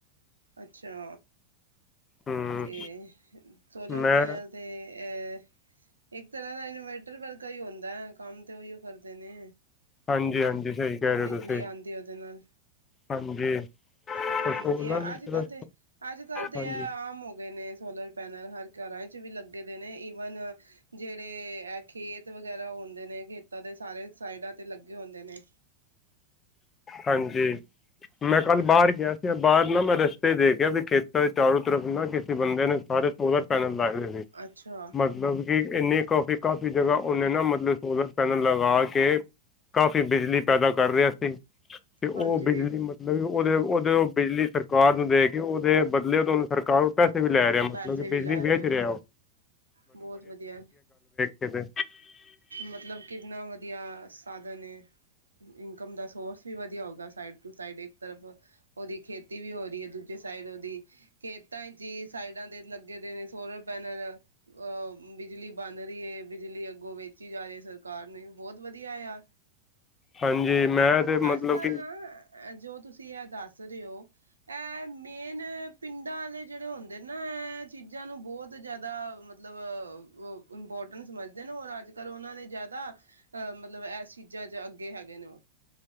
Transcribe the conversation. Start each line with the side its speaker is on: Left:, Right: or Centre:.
Right: ਅੱਛਾ।
Left: ਹਮ
Right: ਤੇ ਸੋਲਰ
Left: ਮੈਂ
Right: ਪੈਨਲ ਤੇ ਏ ਇੱਕ ਤਰ੍ਹਾਂ ਦਾ ਇਨਵਰਟਰ ਵਰਗਾ ਹੀ ਹੁੰਦਾ ਏ ਕੰਮ ਤੇ ਉਹੀਓ ਕਰਦੇ ਨੇ
Left: ਹਾਂਜੀ ਹਾਂਜੀ। ਸਹੀ ਕਹਿ ਰਹੇ
Right: ਬਿਜਲੀ
Left: ਹੋ ਤੁਸੀਂ
Right: ਆਉਂਦੀ ਉਹਦੇ ਨਾਲ
Left: ਹਾਂਜੀ
Right: ਹੂੰ
Left: ਸੋਲਰ
Right: ਵਧੀਆ ਅੱਜ ਕੱਲ ਤੇ ਅੱਜ ਕੱਲ ਤੇ
Left: ਹਾਂਜੀ
Right: ਹੈ ਆਮ ਹੋ ਗਏ ਨੇ ਸੋਲਰ ਪੈਨਲ ਹਰ ਘਰਾਂ ਚ ਵੀ ਲੱਗੇ ਦੇ ਨੇ ਈਵਨ ਜਿਹੜੇ ਇਹ ਖੇਤ ਵਗੈਰਾ ਹੋੰਦੇ ਨੇ ਖੇਤਾਂ ਦੇ ਸਾਰੇ ਸਾਈਡਾਂ ਤੇ ਲੱਗੇ ਹੋੰਦੇ ਨੇ।
Left: ਹਾਂਜੀ। ਮੈਂ
Right: ਹਾਂਜੀ
Left: ਕੱਲ ਬਾਹਰ ਗਿਆ ਸੀ। ਬਾਹਰ ਨਾ ਮੈਂ ਰਸਤੇ ਦੇਖਿਆ ਵੀ ਖੇੱਤਾ ਦੇ ਚਾਰੋ ਤਰਫ ਨਾ ਕਿਸੀ ਬੰਦੇ ਨੇ ਸਾਰੇ ਸੋਲਰ ਪੈਨਲ ਲਾਏ
Right: ਅੱਛਾ
Left: ਮਤਲਬ ਕਿ ਇੰਨੀ ਕਾਫੀ ਕਾਫ਼ੀ ਜਗ੍ਹਾ ਓਹਨੇ ਨਾ ਮਤਲਬ ਸੋਲਰ ਪੈਨਲ ਲਗਾ ਕੇ ਕਾਫ਼ੀ ਬਿਜਲੀ ਪੈਦਾ ਕਰ ਰਿਆ ਸੀ ਤੇ
Right: ਹਾਂਜੀ
Left: ਓਹ ਬਿਜਲੀ ਮਤਲਬ ਏਓ ਓਹਦੇ ਓਹਦੇ ਬਿਜਲੀ ਸਰਕਾਰ ਨੂੰ ਦੇ ਕੇ ਉਹਦੇ ਬਦਲੇ ਓ ਤੌਨੂੰ ਸਰਕਾਰੋ ਪੈਸੇ ਵੀ
Right: ਅ
Left: ਲੈ ਰਿਹਾ ਮਤਲਬ
Right: ਪੈਸੇ
Left: ਕਿ
Right: ਵੀ
Left: ਬਿਜਲੀ
Right: ਲੈ ਰਹੇ
Left: ਵੇਚ ਰਿਹਾ ਓਹ
Right: ਬਹੁਤ ਵਧੀਆ
Left: ਕੇ ਤੇ
Right: ਮਤਲਬ ਕਿੰਨਾ ਵ ਦੀਆ ਸਾਧਨ ਏ ਇਨਕਮ ਦਾ ਸੋਰਸ ਵੀ ਵਧੀਆ ਹੋਗਾ ਸਾਈਡ ਟੂ ਸਾਈਡ ਇੱਕ ਤਰਫ ਓਹਦੀ ਖੇਤੀ ਵੀ ਹੋ ਰਹੀ ਹੈ ਦੂਜੇ ਸਾਈਡ ਉਹਦੀ ਖੇਤਾਂ ਚ ਹੀ ਸਾਈਡਾਂ ਦੇ ਲੱਗੇ ਦੇ ਨੇ ਸੋਲਰ ਪੈਨਲ ਅਹ ਬਿਜਲੀ ਬਣ ਰੀ ਏ ਬਿਜਲੀ ਅੱਗੋਂ ਵੇਚੀ ਜਾ ਰਿਆ ਸਰਕਾਰ ਨੂੰ ਹਿ ਬਹੋਤ ਵਧੀਆ ਏਆ
Left: ਹਾਂਜੀ ਮੈਂ ਤੇ ਮਤਲਬ
Right: ਅੱਜ ਕੱਲ
Left: ਕਿ
Right: ਨਾ ਐ ਜੋ ਤੁਸੀਂ ਆ ਦੱਸ ਦੱਸ ਰਏ ਓਹ ਇਹ ਮੇਨ ਪਿੰਡਾਂ ਆਲੇ ਜਿਹੜੇ ਹੁੰਦੇ ਨਾ ਇਹ ਚੀਜ਼ਾਂ ਨੂੰ ਬਹੋਤ ਜਿਆਦਾ ਮਤਲਬ ਮਤਲਬ ਇੰਪੌਰਟੈੰਸ ਸਮਝਦੇ ਨੇ ਔਰ ਅੱਜ ਕੱਲ੍ਹ ਉਹਨਾਂ ਨੇ ਜਿਆਦਾ ਅ ਮਤਲਬ ਇਸ ਚੀਜਾ ਚ ਅੱਗੇ ਹੈਗੇ ਨੇ ਓਹ।